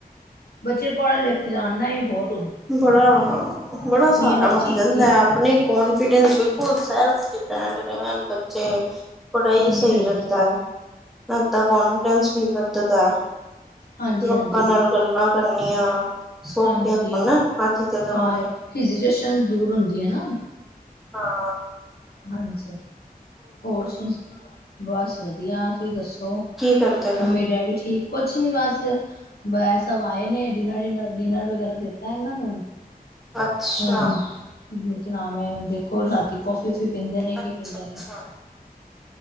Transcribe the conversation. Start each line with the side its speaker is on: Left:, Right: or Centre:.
Left: ਬੱਚੇ ਪੜ੍ਹ ਲਿਖ ਜਾਣ ਨਾ ਇਹੀ ਬੋਤ
Centre: ਬੜਾ, ਬੜਾ ਸਾਰਾ
Left: ਹਰ
Centre: ਬਣ
Left: ਚੀਜ਼
Centre: ਜਾਂਦਾ
Left: ਦੀ।
Centre: ਐ ਆਪਣੇ ਕੋਨਫੀਡੈਂਸ ਬਿਲਕੁਲ ਸੈਲਫ ਡਿਪੈਂਡ ਰਹਿਣ ਬੱਚੇ। ਬੜਾ ਹੀ
Left: ਹਾਂਜੀ
Centre: ਸਹੀ
Left: ਭੈਣ
Centre: ਰਹਿੰਦੈ,
Left: ਜੀ,
Centre: ਇੱਦਾ ਕੌਂਫੀਡੈਂਸ ਵੀ ਵੱਧਦਾ।
Left: ਹਾਂਜੀ
Centre: ਲੋਕਾਂ
Left: ਹਾਂਜੀ
Centre: ਨਾਲ ਗੱਲਾਂ ਕਰਨੀਆਂ, ਸੌਖੀਆਂ
Left: ਹਾਂਜੀ।
Centre: ਨਾ ਅੱਜ ਦੇ ਜ਼ਮਾਨੇ
Left: ਹਾਂ, ਹੀਜੀਟੇਸ਼ਨ ਦੂਰ ਹੁੰਦੀ ਐ ਨਾ।
Centre: ਹਾਂ।
Left: ਹਾਂਜੀ। ਹੋਰ ਸੁ, ਬਸ ਵਧੀਆ ਤੁਸੀਂ ਦੱਸੋ,
Centre: ਕੀ ਕਰਦੇ ਪਏ
Left: ਮੰਮੀ ਡੈਡੀ ਠੀਕ। ਕੁੱਛ ਨੀ ਬਸ, ਵੈਸਭ ਆਏ ਨੇ ਡਿਨਰ ਡਿਨਰ ਡਿਨਰ ਵਗੈਰਾ ਦਿੱਤਾ ਇਹਨਾਂ ਨੂੰ,
Centre: ਅੱਛਾ
Left: ਹੁਣ ਕੀ ਨਾਮ ਏ ਦੇਖੋ ਰਾਤੀ ਕੌਫੀ ਕੂਫੀ ਪੀਂਦੇ ਨੇ
Centre: ਅੱਛਾ
Left: ਕੀ ਪੀਂਦੇ
Centre: ਅੱਛਾ
Left: ਨੇ।